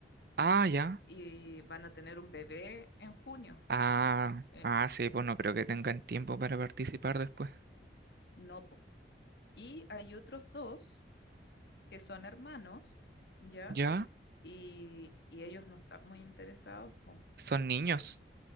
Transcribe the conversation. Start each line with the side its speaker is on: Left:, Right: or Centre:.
Right: Ah, ya.
Left: y van a tener un bebé en junio.
Right: Ah,
Left: Eh,
Right: ah, sí, pues no creo que tengan tiempo para participar después.
Left: no, po. Y hay otros dos que son hermanos, ¿ya?
Right: ¿Ya?
Left: Y, y ellos no están muy interesados, po.
Right: Son niños.